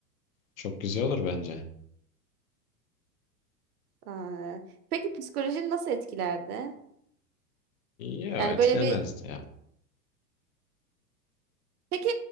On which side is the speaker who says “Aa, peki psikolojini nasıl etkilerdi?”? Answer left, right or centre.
Right